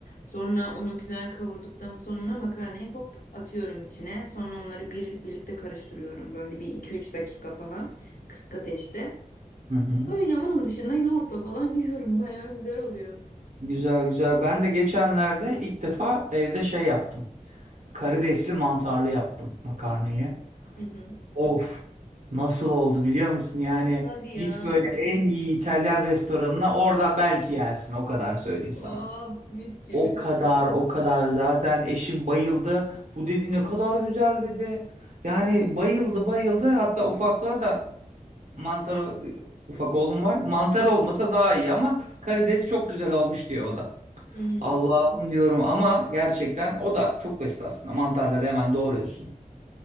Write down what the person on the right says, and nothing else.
Hı hı.
Güzel güzel. Ben de geçenlerde ilk defa evde şey yaptım. Karidesli mantarlı yaptım makarnayı.
Of nasıl oldu biliyor musun? Yani
git böyle en iyi İtalyan restoranına orada belki yersin o kadar söyleyeyim
sana.
O kadar o kadar zaten eşim bayıldı. Bu dedi ne kadar güzel dedi. Yani bayıldı bayıldı hatta ufaklığa da mantar e, ufak oğlum var. Mantar olmasa daha iyi ama karides çok güzel olmuş diyor o da.
Allah'ım diyorum ama gerçekten o da çok basit aslında. Mantarları hemen doğruyorsun.